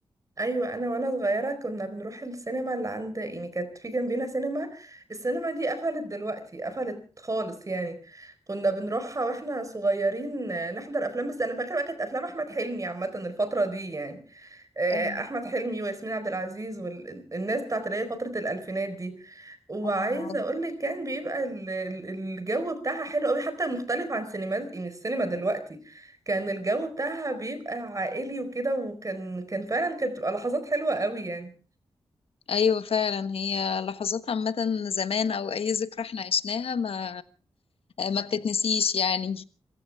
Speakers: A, on the right; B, on the left.
A: ايوه انا وانا صغيره كنا بنروح السينما اللي عند يعني كانت في جنبنا سينما السينما دي قفلت دلوقتي قفلت خالص يعني كنا بنروحها واحنا صغيرين آه، نحضر افلام بس انا فاكره بقى كانت افلام احمد حلمي عامه الفتره دي يعني آه،
B: اه
A: احمد حلمي وياسمين عبد العزيز والناس بتاعت اللي هي فتره الالفينات دي وعايزه
B: اه
A: اقول لك كان بيبقى ال- ال- الجو بتاعها حلو قوي حتى مختلف عن سينمات يعني السينما دلوقتي كان الجو بتاعها بيبقى عائلي وكده وكان كان فعلا كانت بتبقى لحظات حلوه قوي يعني
B: ايوه فعلا هي لحظات عامة زمان او اي ذكرى احنا عشناها ما ما بتتنسيش يعني